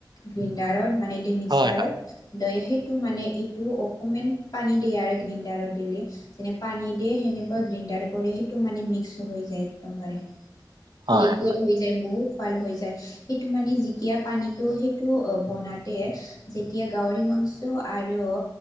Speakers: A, on the left (about 55°); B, on the right (about 70°).
A: গ্ৰিণ্ডাৰত মানে এ মিক্সাৰত
B: হয় হয়।
A: দ সেইটো মানে এইটো অকমান পানী দিয়ে আৰু গ্ৰিণ্ডাৰত দিলে। যেনে পানী দিয়ে সেনেকুৱা গ্ৰেণ্ডাৰ কৰে সেইটো মানে মিক্স হৈ যায় একদমবাৰে।
B: হয়
A: লিকুইড হৈ যায় বহুত। পাল হৈ যায় সেইটো মানে যেতিয়া পানীটো সেইটো বনাতে যেতিয়া গাহৰি মাংস আৰু